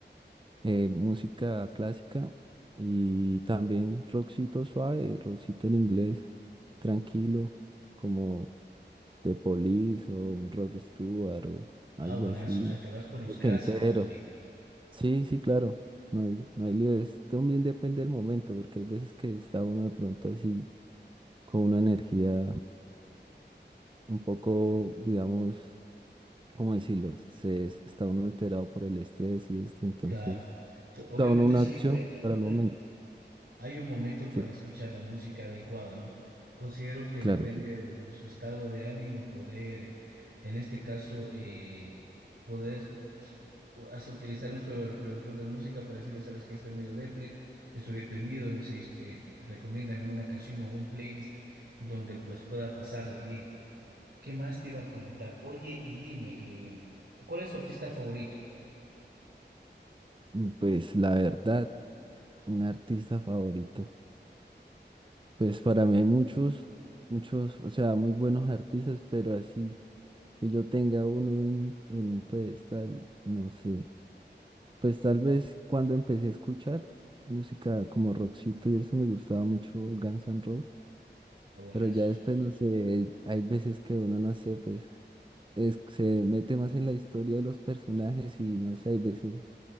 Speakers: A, on the right; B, on the right.
A: eh, música clásica y también rockcito suave, rockcito en inglés, tranquilo, como The Police o un Rod Stewart o algo
B: Ah, buenazo.
A: así,
B: O sea, te vas por los clásicos
A: entero.
B: también.
A: Sí, sí, claro, no hay, no hay lío, es- también depende del momento, porque hay veces que está uno de pronto así con una energía un poco, digamos, ¿cómo decirlo? Se está uno alterado por el estrés y esto, entonces,
B: Claro. To- Obviamente
A: cada uno una
B: siempre
A: opción para el
B: ha-
A: momento.
B: ha- hay un momento
A: Sí,
B: para escuchar la música adecuada, ¿no? Considero que
A: claro,
B: depende
A: sí.
B: de nuestro estado de ánimo poder, en este caso, eh, poder s- hasta utilizar nuestro reproductor de música para decirle, sabes que estoy medio depre, estoy deprimido, necesito, eh, recomiéndame una canción o un playlist donde pues pueda pasarla bien. ¿Qué más te iba a comentar? Oye, y dime, eh, ¿cuál es tu artista favorito?
A: Mm, Pues la verdad, un artista favorito. Pues para mí hay muchos, muchos, o sea, muy buenos artistas, pero así que yo tenga uno en, en un pedestal, no sé. Pues tal vez cuando empecé a escuchar música como Roxito y eso me gustaba mucho Guns N' Roses.
B: Oh, buenazo.
A: Pero ya después, no sé, hay veces que uno, no sé, pues es- se mete más en la historia de los personajes y no sé, hay veces